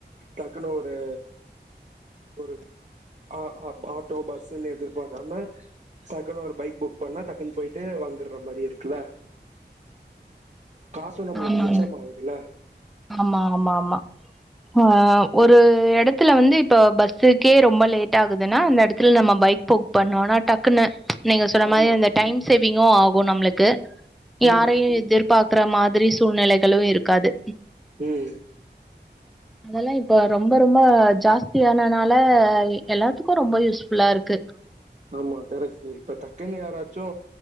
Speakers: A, on the right; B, in the centre.
A: டக்குனு ஒரு ஒரு அ அப் ஆட்டோ பஸ்ன்னு எதிர்பார்க்காம டக்குனு ஒரு பைக் புக் பண்ணா டக்குன் போயிட்டு வந்துர்ற மாரி இருக்குல்ல. காசு நம்மளுக்கு
B: ஆமாங்க
A: மிச்சம் ஆவுதுல்ல.
B: ஆமா ஆமா ஆமா. அ ஒரு எடத்துல வந்து இப்போ பஸ்ஸுக்கே ரொம்பொ லேட் ஆகுதுன்னா அந்த எடத்துல் நம்ம பைக் புக் பண்னோனா டக்குன்னு நீங்க சொன்ன மாரி
A: ஆமா
B: அந்த டைம் சேவிங்கு ஆகு நம்முளுக்கு
A: ம்
B: யாரையு எதிர்பாக் ற மாதிரி சூழ்நிலைகளு இருக்காது.
A: ம்.
B: அதெல்லா இப்ப ரொம்போ ரொம்போ ஜாஸ்தியானனால எல்லாத்துக்கு ரொம்போ யூஸ்ஃபுல்லாருக்கு.
A: ஆமா கரெக்ட்டு இப்ப டக்குன் யாராச்சு